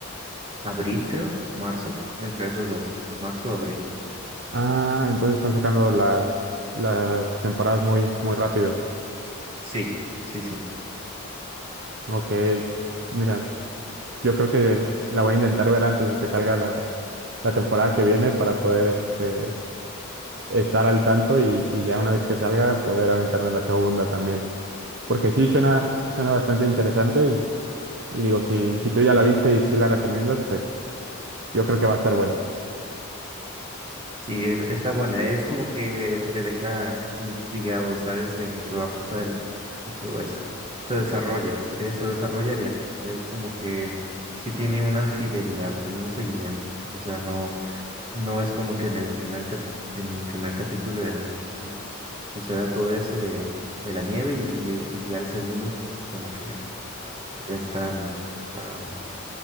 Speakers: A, on the right; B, on the right.
A: abril, creo, marzo, entre esos dos, marzo o abril.
B: Ah, entonces están sacando la- las temporadas muy, muy rápido.
A: Sí, sí, sí.
B: Ok. Mira, yo creo que la voy a intentar ver antes de que salga la, la temporada que viene para poder este, estar al tanto y, y ya una vez que salga poder aventarme la segunda también. Porque sí, suena, suena bastante interesante y, y digo, si, si tú ya la viste y sí la recomiendas, pues yo creo que va a estar bueno.
A: Sí, es- está buena. Es como que te deja intrigado, ¿sabes? En qué va a pasar y, y todo eso. Se desarrolla, eh, se desarrolla bien. Es como que sí tiene una fidelidad, tiene un seguimiento. O sea, no. No es como que en el primer cap- en el primer capítulo eh, suceda todo eso de, de la nieve y, y- y ya el segundo como que ya están am,